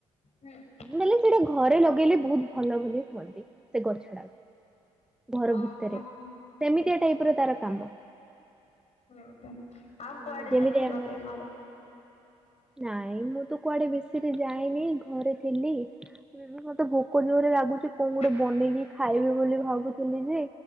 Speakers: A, on the left (about 40°); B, in the centre.
A: ହୁଁ।
B: ମାନେ ସେଟା ଘରେ ଲଗେଇଲେ ବହୁତ ଭଲ ବୋଲି କୁହନ୍ତି ସେ ଗଛ ଟଡାକୁ ଘର
A: ଓହୋ
B: ଭିତରେ
A: ହୁଁ
B: ସେମିତିଆ ଟାଇପ ର ତାର କାମ।
A: ହୁଁ ଆଉ କୁଆଡେ
B: ହଁ ଯେମିତି
A: ଯାଇଥିଲ
B: ଆମର
A: କି ଘରେ?
B: ନାଇଁ ମୁଁ ତ କୁଆଡେ ବେଶୀ ବି ଯାଇନି ଘରେ ଥିଲି ମତେ ଭୋକ ଭୋକ ଜୋରେ
A: ହୁଁ
B: ଲାଗୁଚି
A: ହୁଁ।
B: କୋଣ ଗୋଟେ ବନେଇକି ଖାଇବି ବୋଲି ଭାବୁଥିଲି ଯେ